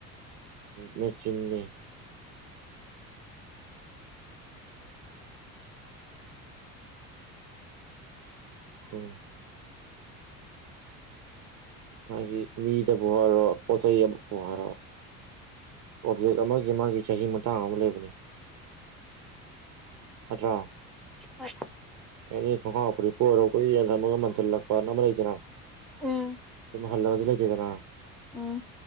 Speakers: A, on the right; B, in the centre.
A: ꯃꯦ ꯆꯤꯟꯅꯤ ꯥꯏ ꯃꯥꯒꯤ ꯃꯤꯗ ꯍꯔꯣ ꯄꯣꯊ ꯆꯩ ꯄꯍꯥꯔꯣ ꯄꯕꯖꯦꯛ ꯑꯃꯒꯤ ꯃꯥꯒꯤ ꯆꯍꯤ ꯃꯇꯥꯡ ꯑꯃ ꯂꯩꯕꯅꯤ ꯑꯆꯥꯥ
B: ꯍꯣꯏ
A: ꯑꯦꯅꯤ ꯀꯉ ꯄ ꯑꯣꯏꯔ ꯀꯨꯏꯔ ꯊꯝꯃꯒ ꯃꯟꯊꯜꯂꯛꯄ ꯅꯝꯕ ꯂꯩꯇꯅ
B: ꯎꯝ
A: ꯣ ꯍꯂ ꯃꯗ ꯂꯩ ꯗꯅꯥ
B: ꯎꯝ